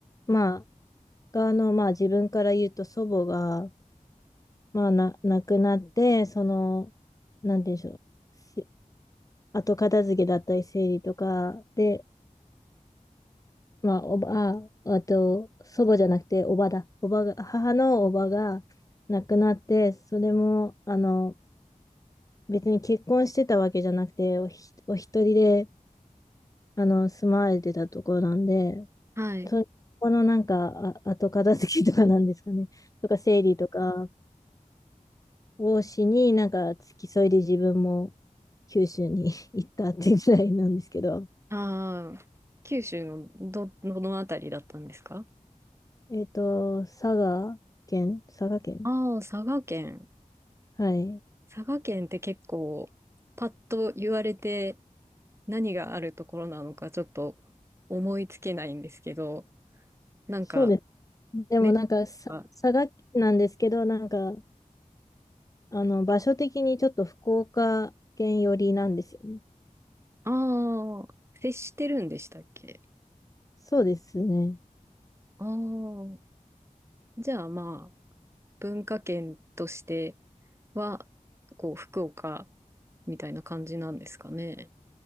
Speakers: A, on the left; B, on the right.
A: まあ、が、あの、まあ、自分から言うと祖母が、まあ、な、亡くなって、その、なんて言うんでしょう。し後片付けだったり、整理とかで、まあ、おば、あ、あと、祖母じゃなくて、おばだ。おばが、母のおばが亡くなって、それも、あの、別に結婚してたわけじゃなくて、おひ、お一人で、あの、住まわれてたところなんで、
B: はい。
A: そこのなんか、あ、後片付けとかなんですかね。とか、整理とかをしに、なんか、付き添いで自分も九州に <laughs> 行ったっていうぐらいなんですけど、
B: ああ、九州のど、どのあたりだったんですか
A: えっと、佐賀県、佐賀県
B: ああ、佐賀県。
A: はい。
B: 佐賀県って結構、パッと言われて何があるところなのかちょっと思いつけないんですけど、なんか、
A: そうですねでもなんかさ、
B: ね、あ
A: 佐賀県なんですけど、なんか、あの、場所的にちょっと福岡県寄りなんですよね。
B: あー、接してるんでしたっけ
A: そうですね。
B: ああー、じゃあまあ、文化圏としては、こう、福岡みたいな感じなんですかね。